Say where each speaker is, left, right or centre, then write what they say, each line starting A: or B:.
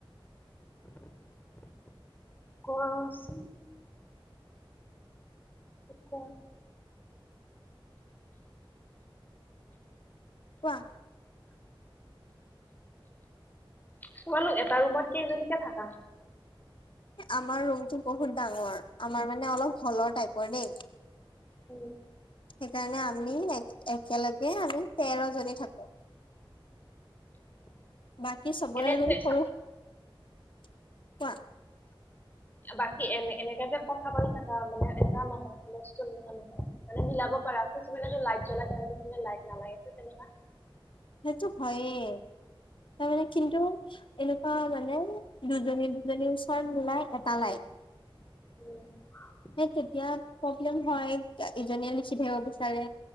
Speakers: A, on the left; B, on the left.
A: কোৱাচোন কোৱা
B: কোৱা
A: তোমালোক এটা ৰুমত কেইজনীকে থাকা।
B: আমাৰ ৰুমটো বহুত ডাঙৰ আমাৰ মানে অলপ হ'লৰ টাইপৰ দেই।
A: উম
B: সেইকাৰণে আমি এক একেলগে আমি তেৰ- জনি থাকো। বাকী চবৰে
A: এনে
B: ৰুম সৰু কোৱা
A: বাকী এ এনেকেযে কথা পাতি থকা বাকি এনেকে যে কথা পাতি থকা মানে নহয় মিলাব পাৰা কিছুমানে লাইট জ্বলাই কিছুমানে লাইট নালাগে তেনে-
B: সেইটো হয়েই তাৰমানে কিন্তু এনেকুৱা মানে- দুজনী দুজনীৰ ওচৰত মিলাই এটা লাইট
A: উম <unintelligible>
B: তেতিয়া প্ৰব্লেম হয় ইজনীয়ে লিখি থাকিব বিচাৰে